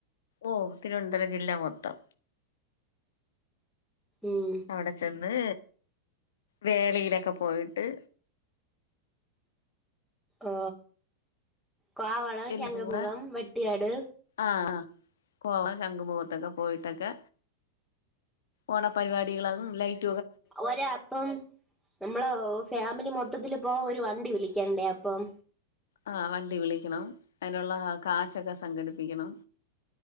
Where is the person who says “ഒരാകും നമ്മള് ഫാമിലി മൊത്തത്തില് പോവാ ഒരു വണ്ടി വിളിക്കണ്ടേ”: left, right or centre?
Centre